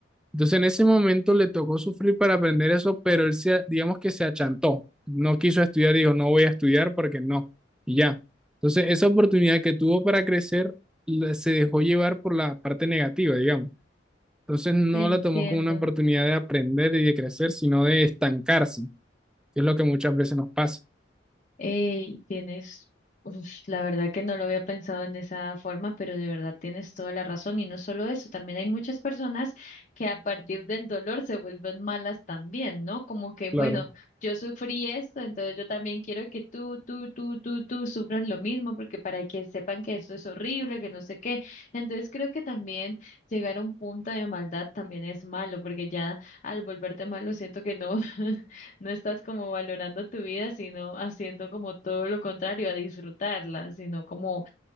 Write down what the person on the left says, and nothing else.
Ok,
Te entiendo.
Ey, tienes, uf, la verdad que no lo había pensado en esa forma, pero de verdad tienes toda la razón. Y no solo eso, también hay muchas personas que a partir del dolor se vuelven malas también, ¿no? Como que,
bueno, yo sufrí esto, entonces yo también quiero que tú, tú, tú, tú, tú sufras lo mismo, porque para que sepan que esto es horrible, que no sé qué. Entonces creo que también llegar a un punto de maldad también es malo, porque ya al volverte malo siento que no. <laughs> No estás como valorando tu vida, sino haciendo como todo lo contrario, a disfrutarla, sino como,